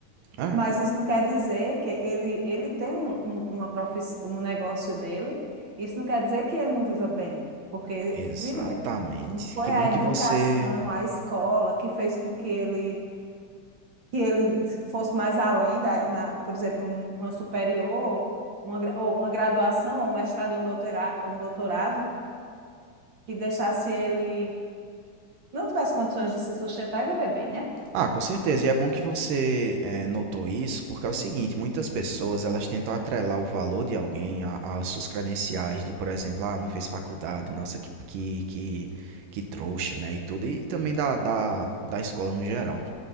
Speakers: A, on the right (about 85°); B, on the right (about 45°).
A: Ah,
B: Mas isso não quer dizer que ele, ele tem um, um, uma profissão, um negócio dele. Isso não quer dizer que ele não viva bem, porque ele
A: exatamente.
B: vive bem. Não foi
A: Que bom
B: a
A: que
B: educação,
A: você
B: a escola que fez com que ele, que ele fosse mais além da, na, por exemplo, um, uma superior, uma, gra- ou uma graduação, ou um mestrado, ou um doutora- ou um doutorado, que deixasse ele não tivesse condições de se sustentar e viver bem, né?
A: Ah, com certeza. E é bom que você eh, notou isso, porque é o seguinte, muitas pessoas elas tentam atrelar o valor de alguém a- às suas credenciais de, por exemplo, ah, não fez faculdade, nossa, que, que, que, que trouxa, né? E tudo, e, também da, da, da escola no geral.